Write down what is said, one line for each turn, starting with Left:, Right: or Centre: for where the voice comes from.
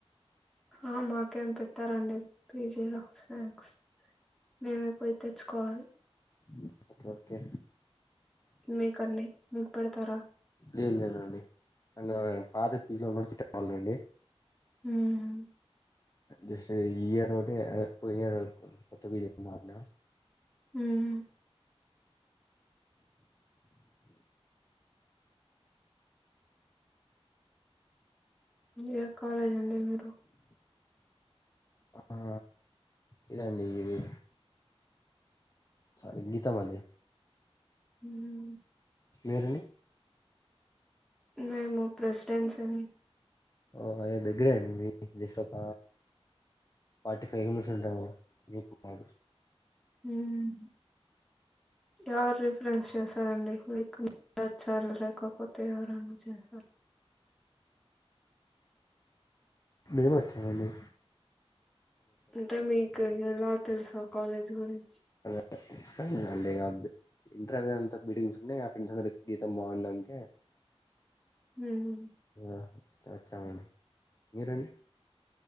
Centre: ఆ మాకేం పెట్టరండి పీజీలో స్నాక్స్. మేమే పొయ్ తెచ్చుకోవాలి.
Left: మ్ ఒకె ఒకె.
Centre: మీకండి మీక్ పెడతార.
Left: లేద్ లేదండి అన్ పాత పీజీలో ఉన్నప్పుడు పెట్టేవాల్లండి.
Centre: ఉమ్
Left: జస్ట్ ఈ ఇయరొకటే పొయ్యేంత వరకు కొత్త పీజీలోకి మార్నా.
Centre: ఉమ్ ఏ కాలేజండి మీరు.
Left: ఆ ఇదండి ఇది. సారి గీతామణి.
Centre: ఉమ్
Left: మీరండి.
Centre: నేము ప్రెసిడెన్సండి.
Left: ఓ అదె దగ్గరె అండి మీది జస్టొక ఫార్టీ ఫైవ్ <unintelligible> ఉంటాము మీకు మాకు.
Centre: ఉమ్ ఎవర్ రిఫరెన్స్ చేసారండి మీ. <unintelligible> వచ్చారు లేకపోతే ఎవరన్న చేశారు.
Left: మేమొచ్చామండి.
Centre: అంటె మీకు ఎలా తెల్సు. కాలేజ్ గురించి.
Left: <unintelligible> ఇంటరైపొయ్ అంతా బీటెక్ దీస్కుంటే ఆ ఫ్రెండ్సందరు గీతం బాందంటె.
Centre: మ్మ్.
Left: అ చ చాలండి మీరండి.